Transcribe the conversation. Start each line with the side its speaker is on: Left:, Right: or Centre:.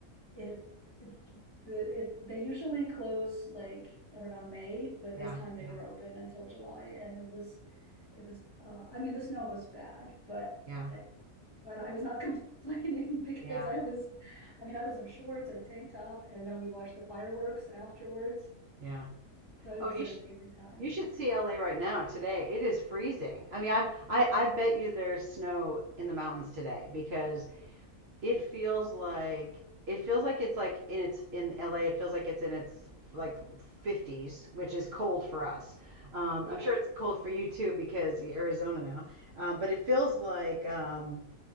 Left: it, it the it they usually close like around May, but
Right: Yeah.
Left: this time they
Right: Yeah.
Left: were open until July, and it was it was uh, I mean the snow was bad, but
Right: Yeah,
Left: but I was not complaining <laughs> because
Right: yeah,
Left: I was I mean I was in shorts and a tank top, and then we watched the fireworks afterwards,
Right: yeah.
Left: so it
Right: Oh,
Left: was
Right: you
Left: an
Right: should
Left: amazing time.
Right: you should see LA right now today. It is freezing. I mean, I'm I I bet you there's snow in the mountains today because it feels like it feels like it's like in its in LA. It feels like it's in its like 50s, which is cold for us. Um,
Left: Yeah.
Right: I'm sure it's cold for you too because you're Arizona now. Um, but it feels like um,